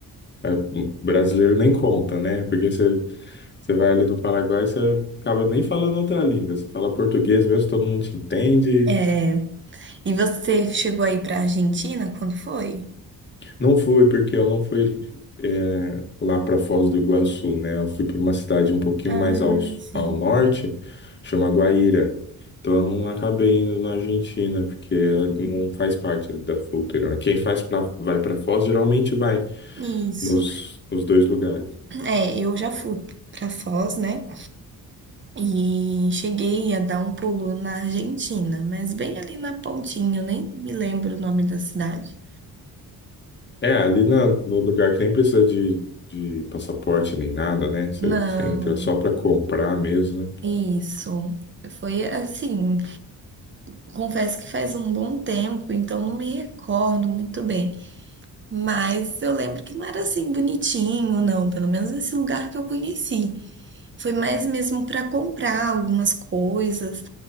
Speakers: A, on the left; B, on the right.
A: é, o brasileiro nem conta, né? Porque você você vai ali no Paraguai, você acaba nem falando outra língua. Você fala português mesmo, todo mundo te entende.
B: É. E você chegou aí pra Argentina quando foi?
A: Não foi, porque eu não fui é, lá para Foz do Iguaçu, né? Eu fui para uma cidade um pouquinho
B: Ah,
A: mais ao,
B: sim.
A: ao norte, chama Guaíra. Então eu não acabei indo na Argentina, porque não faz parte ali da fronteira, né? Quem faz pra, vai para Foz geralmente vai
B: Isso.
A: nos, nos dois lugares.
B: É, eu já fui pra Foz, né? E cheguei a dar um pulo na Argentina, mas bem ali na pontinha, eu nem me lembro o nome da cidade.
A: É, ali na- no lugar que nem precisa de, de passaporte nem nada, né? Você
B: Não,
A: você entra só para comprar mesmo, né?
B: isso. Foi assim, confesso que faz um bom tempo, então não me recordo muito bem. Mas eu lembro que não era assim bonitinho, não. Pelo menos esse lugar que eu conheci. Foi mais mesmo para comprar algumas coisas,